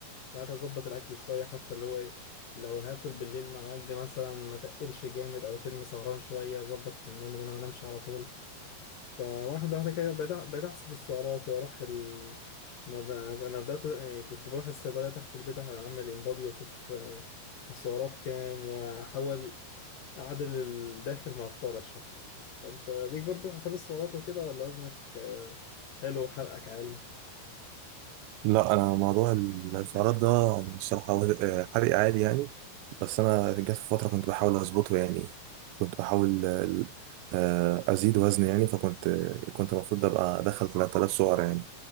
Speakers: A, on the left; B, on the right.
A: بعد اظبط الاكل شويه حتى اللي هو ايه لو هاكل بالليل مع والدي مثلا ما تقلش جامد او تن سهران شويه اظبط في النوم ان انا ما انامش على طول فواحده واحده كده بقيت بقيت احسب السعرات واروح ال ما ب- انا بدات يعني كنت بروح الصيدليه تحت البيت اعمل انبادي واشوف آه، السعرات كام واحاول اعدل الداخل مع الطالع شويه فانت ليك برضه حساب السعرات وكده ولا وزنك آه، حلو وحرقك عالي
B: لا أنا موضوع السعرات ده الصراحة هو- آه، حرق عادي يعني بس أنا جت في فترة كنت بحاول أظبطه يعني كنت بحاول آه، آه، أزيد وزن يعني فكنت كنت المفروض أبقى أدخل 3000 سعر يعني